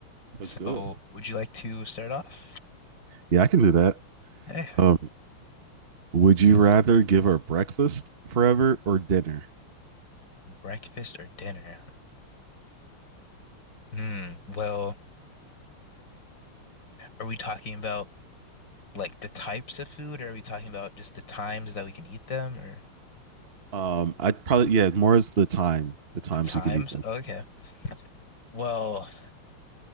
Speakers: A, on the right; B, on the left.
A: Let's
B: So,
A: do it.
B: would you like to start off?
A: Yeah, I can do that.
B: Eh,
A: Um, would you rather give her breakfast forever or dinner?
B: breakfast or dinner? Hmm. Well, are we talking about like the types of food, or are we talking about just the times that we can eat them, or
A: Um, I'd probably yeah, more is the time, the times
B: the times?
A: you can eat them.
B: Okay. Well,